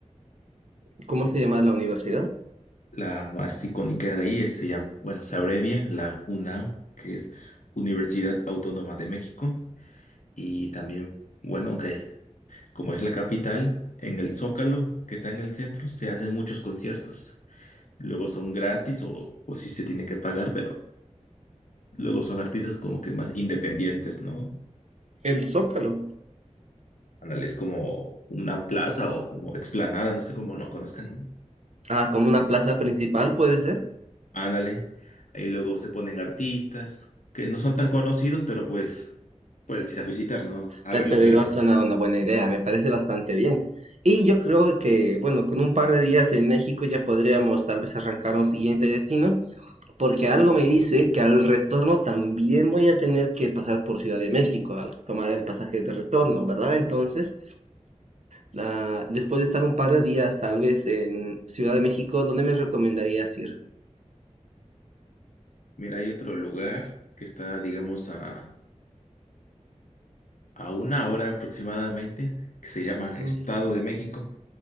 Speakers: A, on the right; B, on the left.
A: ¿Cómo se llama la universidad?
B: La más icónica de ahí es, se llama, bueno, se abrevia la UNAM, que es Universidad Autónoma de México. Y también, bueno, ok, como es la capital, en el Zócalo, que está en el centro, se hacen muchos conciertos. Luego son gratis o, o sí se tiene que pagar, pero luego son artistas como que más independientes, ¿no?
A: El Zócalo.
B: Ándale, es como una plaza o como explanada, no sé cómo lo conozcan, ¿no?
A: Ah, como una plaza principal puede ser,
B: Ándale. Ahí luego se ponen artistas que no son tan conocidos, pero pues puedes ir a visitar, ¿no? A
A: Pe-
B: verlos
A: pero
B: gratis,
A: igual suena
B: ¿no?
A: una buena idea, me parece bastante bien. Y yo creo que, bueno, con un par de días en México ya podríamos tal vez arrancar a un siguiente destino, porque algo me dice que al retorno también voy a tener que pasar por Ciudad de México al tomar el pasaje de retorno, ¿verdad? Entonces, la- después de estar un par de días tal vez en Ciudad de México, ¿dónde me recomendarías ir?
B: Mira, hay otro lugar que está, digamos, a a una hora aproximadamente, que se llama
A: Mm,
B: Estado de México,